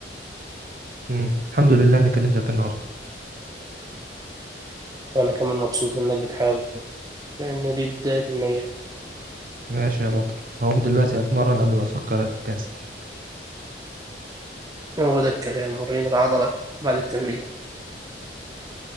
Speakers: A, on the right; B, on the right.
A: امم الحمد لله إني كلمتك النهاردة
B: وأنا كمان مبسوط إنك بتحاول لأن دي بداية النجاح
A: ماشي يا بطل هقوم دلوقتي أتمرن قبل ما أفكر أتكاسل
B: هو ده الكلام وريني العضلة بعد التمرين